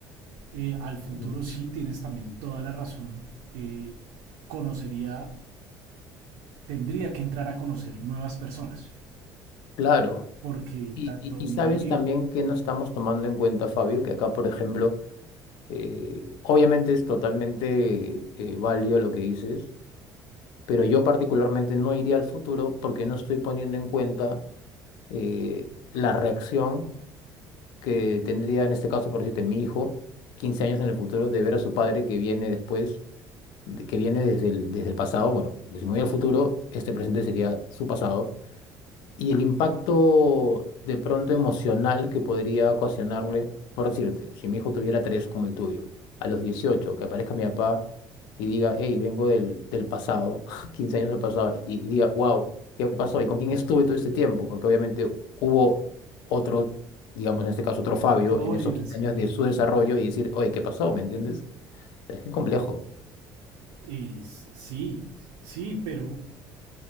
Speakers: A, on the right; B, on the left.
A: Eh, al futuro
B: ujú.
A: sí tienes también toda la razón. eh, conocería, tendría que entrar a conocer nuevas personas,
B: Claro.
A: porque
B: Y,
A: tanto
B: y, y
A: mi
B: sabes
A: hijo,
B: también que no estamos tomando en cuenta, Fabio, que acá, por ejemplo, Eh, obviamente es totalmente eh, válido lo que dices, pero yo particularmente no iría al futuro porque no estoy poniendo en cuenta eh, la reacción que tendría en este caso, por decirte, mi hijo, 15 años en el futuro, de ver a su padre que viene después, de- que viene desde el, desde el pasado. Bueno, porque si me voy al futuro, este presente sería su pasado y el impacto de pronto emocional que podría ocasionarle, por decirte, si mi hijo tuviera tres como el tuyo, a los 18 que aparezca mi papá y diga, hey, vengo del, del pasado, <laughs> 15 años del pasado, y, y diga, wow, ¿qué pasó? ¿Y con quién estuve todo este tiempo? Porque obviamente hubo otro, digamos en este caso otro Fabio,
A: otro
B: en
A: Oliver,
B: esos 15
A: sí.
B: años de su desarrollo y decir, oye, ¿qué pasó? ¿Me entiendes? O sea, es bien complejo.
A: Eh, sí, sí, pero